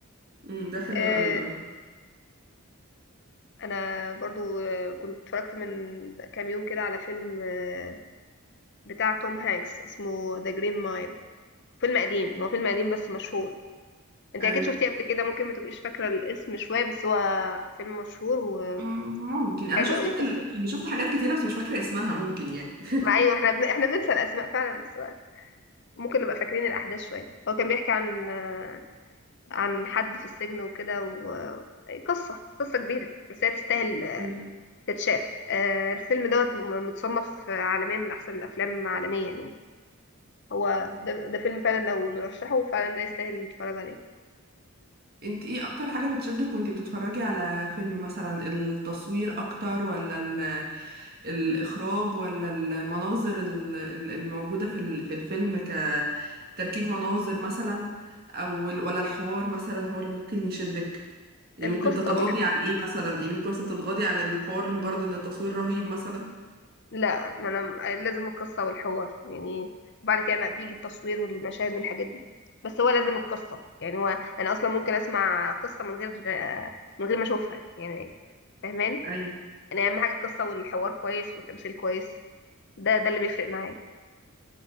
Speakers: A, on the right (about 45°); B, on the left (about 55°).
A: مم، ده حلو
B: آه،
A: قوي اه
B: انا برضو آه، كنت اتفرجت من كام يوم كده على فيلم آه، بتاع توم هانكس اسمه ذا جرين مايل فيلم قديم
A: مم،
B: هو فيلم قديم بس مشهور انت
A: أيوه
B: اكيد شفتيه قبل كده ممكن ما تبقيش فاكره الاسم شويه بس هو فيلم مشهور وحلو
A: مم، ممكن أنا
B: قوي
A: شفت
B: قصه
A: ال... يعني شفت حاجات كتيرة بس مش فاكرة اسمها ممكن يعني <laughs>
B: ما ايوه احنا بن... احنا بننسى الاسماء فعلا بس بقى ممكن نبقى فاكرين الاحداث شويه هو كان بيحكي عن آه، عن حد في السجن وكده وقصه قصه كبيره بس هي تستاهل آه،
A: أيوه
B: تتشاف آه، الفيلم دوت م- متصنف آه، عالميا من احسن الافلام عالميا يعني هو
A: مم.
B: ده, ده فيلم فعلا لو نرشحه فعلا ده يستاهل نتفرج عليه
A: انت ايه اكتر حاجة بتشدك وانت بتتفرجي على فيلم مثلا التصوير اكتر ولا الإخراج ولا المناظر ال- ال- الموجودة في ال- في الفيلم كتركيب مناظر مثلا أو ال- ولا الحوار مثلا هو اللي ممكن يشدك يعني
B: القصة
A: ممكن تتغاضي عن إيه مثلا يعني ممكن مثلا تتغاضي عن الحوار لمجرد إن التصوير رهيب مثلا
B: لا ما انا لازم القصه والحوار يعني وبعد كده بقى بيجي التصوير والمشاهد والحاجات دي بس هو لازم القصه يعني هو انا اصلا ممكن اسمع قصه من غير من غير ما اشوفها يعني فاهمان
A: أيوة
B: انا اهم حاجه القصه والحوار كويس والتمثيل كويس ده ده اللي بيفرق معايا